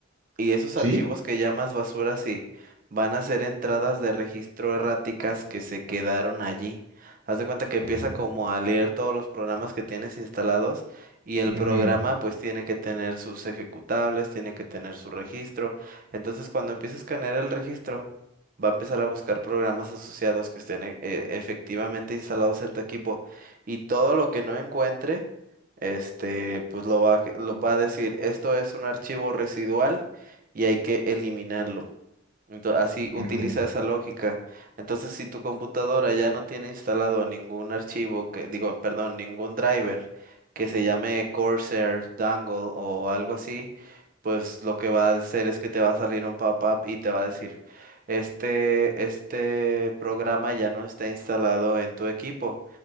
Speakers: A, on the right; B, on the right.
A: Y esos
B: ¿Sí?
A: archivos que llamas basura, sí, van a ser entradas de registro erráticas que se quedaron allí. Haz de cuenta que empieza
B: Oh.
A: como a leer todos los programas que tienes instalados y el
B: Ujú,
A: programa pues tiene que tener sus ejecutables, tiene que tener su registro. Entonces cuando empiece a escanear el registro, va a empezar a buscar programas asociados que estén e- e- efectivamente instalados en tu equipo y todo lo que no encuentre, este, pues lo va, a que- lo va a decir, esto es un archivo residual y hay que eliminarlo. Entonces, así utiliza
B: ujú.
A: esa lógica. Entonces, si tu computadora ya no tiene instalado ningún archivo que, digo, perdón, ningún driver que se llame Corsair, Dangle o algo así, pues lo que va a hacer es que te va a salir un pop-up y te va a decir, este, este programa ya no está instalado en tu equipo.